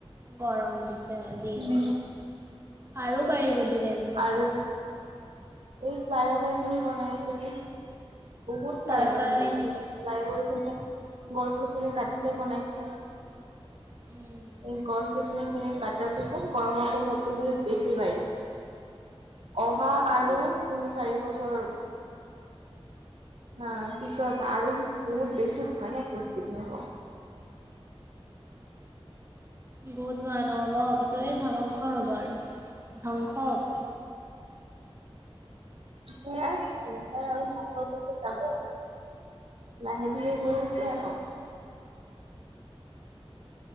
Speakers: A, on the right (about 25°); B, on the right (about 75°).
A: গৰম দিছে
B: উম
A: দি আছে আৰু বাঢ়িব দিনে- দিনে
B: আৰু। এই ফ্লাইঅভাৰ খিনি বনাই আছো যে বহুত ফ্লাইঅভাৰ
A: তাৰ কাৰণেইতো
B: হ'ল। <unintelligible> গছ-গছনি কাটিহে বনাইছে।
A: উমঁ।
B: এই গছ-গছনি খিনি কাটাৰ পিছত গৰমৰ প্ৰভাৱটো বহুত বেছি বাঢ়িছে। অহা আৰু তিনি চাৰি বছৰ- আ পিছত আৰু বহুত বেছি ভয়ানক পৰিস্থিতি হ'ব।
A: বহুত ভয় নহ'ব পিছত এ ধ্বংস হ'ব আৰু ধংস হ'ব।
B: সয়াই তেনেকাই আৰু ধংস <inaudible> যাব লাহে ধিৰে গৈ আছে আৰু।